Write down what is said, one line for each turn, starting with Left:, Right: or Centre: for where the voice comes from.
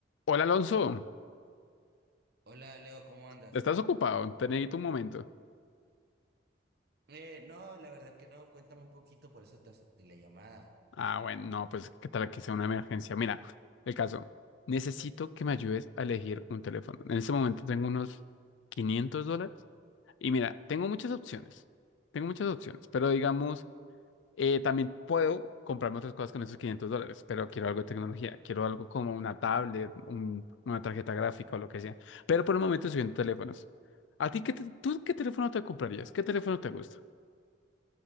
Left: Hola Alonso,
Right: Hola Leo, ¿cómo andas?
Left: ¿estás ocupado? Te necesito un momento.
Right: Eh, no, la verdad que no, cuéntame un poquito, por eso te acepté la llamada.
Left: Ah, bueno, no, pues qué tal que sea una emergencia. Mira, el caso, necesito que me ayudes a elegir un teléfono. En este momento tengo unos 500 dólares y mira, tengo muchas opciones. Tengo muchas opciones, pero digamos, eh, también puedo comprarme otras cosas con esos 500 dólares, pero quiero algo de tecnología, quiero algo como una tablet, un- una tarjeta gráfica o lo que sea. Pero por el momento estoy viendo teléfonos. ¿A ti qué, te- tú qué teléfono te comprarías? ¿Qué teléfono te gusta?